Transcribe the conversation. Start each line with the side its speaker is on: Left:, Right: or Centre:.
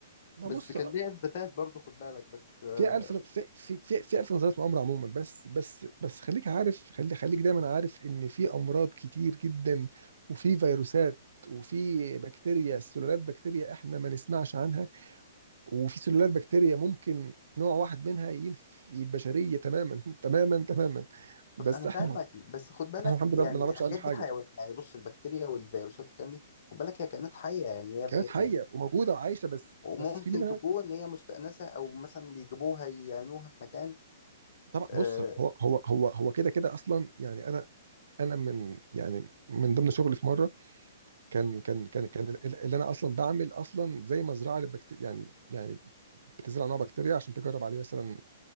Right: ما
Left: بس
Right: بص
Left: كان ليها اثباتات برضو خد بالك بس آه،
Right: في ألف في في في, في ألف نظريات مؤامرة عموما بس بس بس خليك عارف خلي خليك دايما عارف إن في أمراض كتير جدا وفي فيروسات وفي بكتيريا سلالات بكتيريا احنا ما نسمعش عنها وفي سلالات بكتيريا ممكن نوع واحد منها ينفي البشرية تماما <laughs> تماما تماما بس
Left: طب انا
Right: احنا
Left: فاهمك بس خد بالك
Right: احنا الحمد
Left: يعني
Right: لله ما نعرفش
Left: الحاجات
Right: عنها حاجه
Left: دي حيوانات يعني بص البكتيريا والفيروسات الكلام دي خد بالك هي كائنات حيه يعني هي
Right: كانت
Left: بي-
Right: حيه
Left: يعني
Right: وموجوده وعايشه بس
Left: وممكن
Right: بس في منها
Left: تكون هي مستأنسة أو مثلا بيجيبوها يعينوها في مكان
Right: طبعا
Left: آه،
Right: بص هو هو هو هو كده كده اصلا يعني انا انا من يعني من ضمن شغلي في مره كان كان كان كان ال- اللي انا اصلا بعمل اصلا زي مزرعه للبكتيريا يعني يعني بتزرع نوع بكتيريا عشان تجرب عليه مثلا